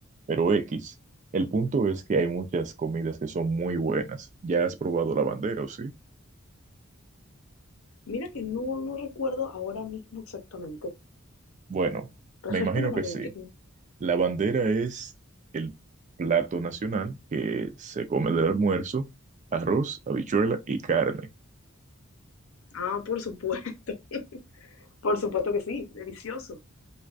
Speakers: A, on the right; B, on the left.
A: Pero X, el punto es que hay muchas comidas que son muy buenas. ¿Ya has probado la bandera o sí?
B: Mira que no, no recuerdo ahora mismo exactamente.
A: Bueno,
B: Refrescame
A: me imagino
B: la
A: que
B: mente.
A: sí. La bandera es el plato nacional que se come del almuerzo, arroz, habichuela y carne.
B: Ah, por supuesto. <laughs> Por supuesto que sí, delicioso.